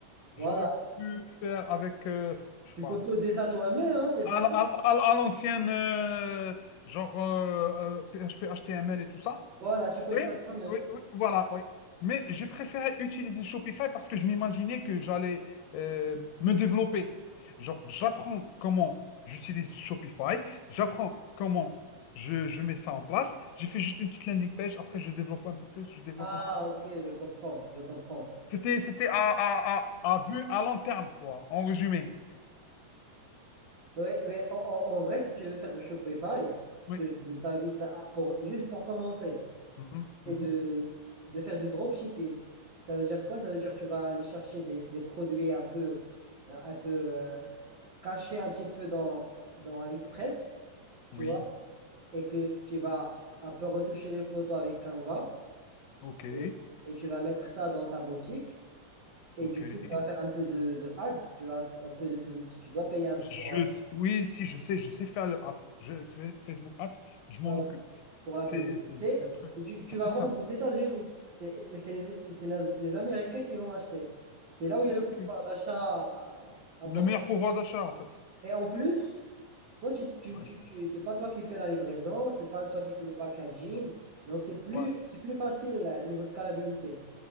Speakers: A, on the left (about 90°); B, on the right (about 90°).
A: j'aurais
B: Voilà,
A: pu faire avec, euh, je sais
B: tu
A: pas,
B: peux coder ça toi-même, hein, c'est facile.
A: à, l- à l- à l- à l'ancienne, euh, genre euh, euh, PHP, HTML et tout ça.
B: Voilà, tu codes
A: Et
B: ça toi-même.
A: oui, oui, voilà, oui. Mais j'ai préféré utiliser Shopify parce que je m'imaginais que j'allais euh, me développer. Genre, j'apprends comment j'utilise Shopify, j'apprends comment je, je mets ça en place. J'ai fait juste une petite landing page, après je développe un peu plus, je développe
B: Ah,
A: un peu
B: ok, je comprends, je comprends.
A: C'était, c'était à, à, à, à vue à long terme, quoi, en résumé.
B: Ouais, mais en, en- en vrai, si tu veux faire du Shopify, ce
A: Oui.
B: que je t'invite à, pour, juste pour commencer.
A: Mhm,
B: c'est
A: mhm.
B: de, de faire du dropshipping. Ça veut dire quoi? Ça veut dire que tu vas aller chercher des, des produits un peu, euh, un peu euh, cachés un petit peu dans, dans AliExpress, tu
A: Oui.
B: vois, et que tu vas un peu retoucher les photos avec Canva
A: OK.
B: et, et tu vas mettre ça dans ta boutique. Et
A: OK.
B: du coup, tu vas faire un peu de, de ads, tu vois, un peu de publicité. Tu dois payer un peu
A: Je,
B: pour.
A: oui, si, je sais, je sais faire le ads. Je, fais- Facebook ads, je m'en
B: euh,
A: occupe.
B: pour la
A: C'est,
B: publicité.
A: c'est, c'est un truc
B: Et tu, tu
A: assez
B: vas vendre
A: simple.
B: aux États-Unis. C'est c'est les, c'est la- les Américains qui vont acheter. C'est là où il
A: OK.
B: y a le pouvoir d'achat euh, important.
A: Le meilleur pouvoir d'achat, en fait.
B: Et en plus, toi, tu, tu,
A: Ouais.
B: tu, tu- c'est pas toi qui fais la livraison, c'est pas toi qui fais le packaging. Donc, c'est plus,
A: Ouais.
B: c'est plus facile euh, niveau scalabilité.